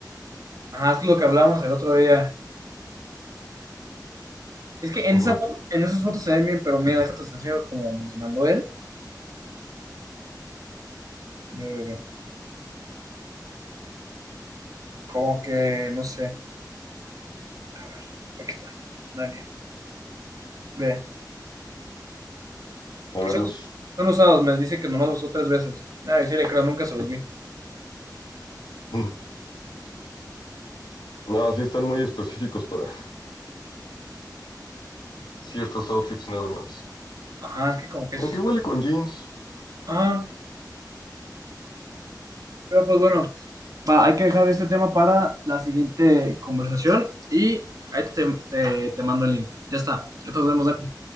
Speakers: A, on the right (about 50°); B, on the left (about 85°).
A: Ajá, es lo que hablamos el otro día. Es que en,
B: ujú,
A: esa, fo- en esas fotos se ven bien, pero mira, déjate enseñar como me los mandó él. Ve, ve, ve. Como que, no sé. A ver, aquí está. Daniel. Ve.
B: A
A: Pues
B: verlos.
A: Son, son usados, me dice que nomás los usó tres veces. Ay, sí le creo, nunca se los vi.
B: Mm. No, sí están muy específicos para ciertos outfits nada más.
A: Ajá, es que como que
B: Aunque
A: es...
B: igual y con jeans.
A: Ah, pero pues bueno, va, hay que dejar este tema para la siguiente conversación y ahí te, te, te mando el link. Ya está, ya nos vemos, Dani.